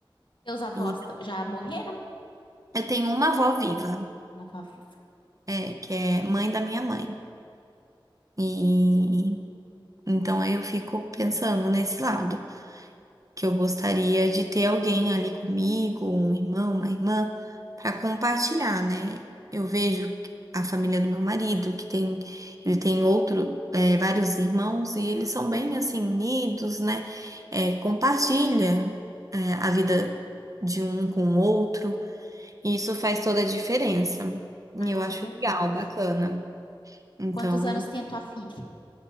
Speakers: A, on the left (about 65°); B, on the right (about 40°).
A: Teus avós
B: e
A: tão- já morreram?
B: eu tenho uma avó viva,
A: Uma avó viva.
B: é, que é mãe da minha mãe. E então eu fico pensando nesse lado. que eu gostaria de ter alguém ali comigo, um irmão, uma irmã, para compartilhar, né? Eu vejo que a família do meu marido, que tem, ele tem outro, eh, vários irmãos, e eles são bem assim unidos, né? Eh, compartilha, eh, a vida de um com o outro, e isso faz toda a diferença. E
A: Ah,
B: eu
A: isso
B: acho
A: é verdade.
B: legal, bacana. Então,
A: Quantos anos tem a tua filha?